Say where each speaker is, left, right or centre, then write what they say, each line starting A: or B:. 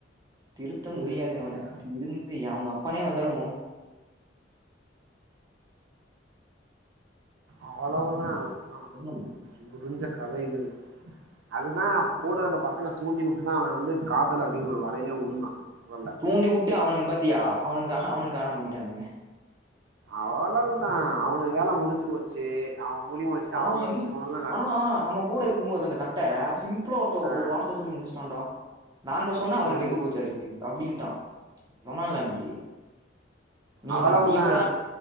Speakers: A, on the right; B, on the right.
A: திருத்த
B: இல்ல
A: முடியாது
B: இல்ல
A: இவன இருந்து அவங்க அப்பனே வந்தாலு
B: அவ்வளவுதா அதா
A: என்னமா
B: முடுஞ்ச கதைகள் அதுதா கூட இருந்த பசங்க தூண்டி விட்டுதா அவ வந்து காதல் அப்படிங்கிற ஒரு வலையல்ல வுழுந்தா <unintelligible>
A: தூண்டி வுட்டு அவனுங்க பத்தியா அவனுங்க அவனுங்க காணாம போயிட்டானுங்க
B: அவ்வளவுதா அவனுங்க வேல முடிஞ்சு போச்சு அவ மூலியமா வச்சு
A: ஆனா
B: அவங்கள
A: சிங்
B: வச்சு இவங்கல்லா
A: ஆனா நம்ம கூட இருக்கும் போது அந்த க சிம்பிளா ஒருத்த
B: ஆ
A: ஒரு வார்த்தை சொல்லி முடிச்சான்டா நாங்க சொன்னா அவனுக்கு
B: என்னன்னு
A: எங்க போச்சு அறிவு அப்டின்ட்டா சொன்னல அன்னிக்கு நீ
B: அவ்வளவுதா
A: ந நீ கூட